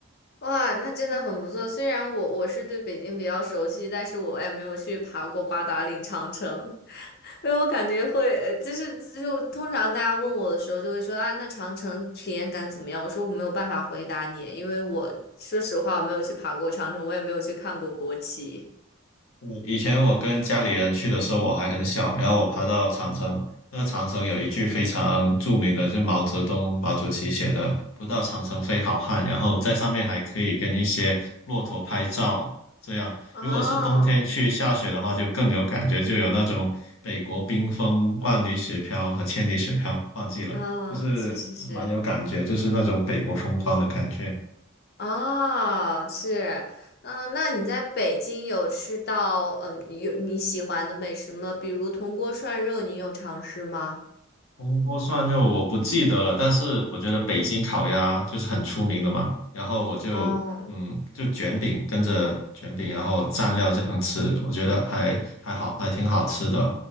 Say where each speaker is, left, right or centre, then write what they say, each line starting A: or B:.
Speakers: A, on the left; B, on the left.
A: 哇，那真的很不错。虽然我我是对北京比较熟悉，但是我也没有去爬过八达岭长城，<laughs> 因为我感觉会，呃就是就通常大家问我的时候就会说啊，那长城体验感怎么样？我说我没有办法回答你，因为我说实话我没有去爬过长城，我也没有去看过国旗。
B: 嗯，以前我跟家里人去的时候，我还很小，然后我爬到长城，那个长城有一句非常著名的，就是毛泽东毛主席写的“不到长城非好汉”，然后在上面还可以跟一些骆驼拍照，这样如果是冬天去下雪的话，
A: 哦，
B: 就更有感觉，就有那种北国冰封、万里雪飘和千里雪飘，忘记了，
A: 嗯，
B: 就是蛮有感觉，
A: 是是是，
B: 就是那种北国风光的感觉。
A: 哦，是，嗯，那你在北京有吃到嗯有你喜欢的美食吗？比如铜锅涮肉，你有尝试吗？
B: 铜锅涮肉我不记得了，但是我觉得北京烤鸭就是很出名的嘛，然后我就嗯就卷饼跟着卷饼，
A: 哦，
B: 然后蘸料这样吃，我觉得还还好，还挺好吃的。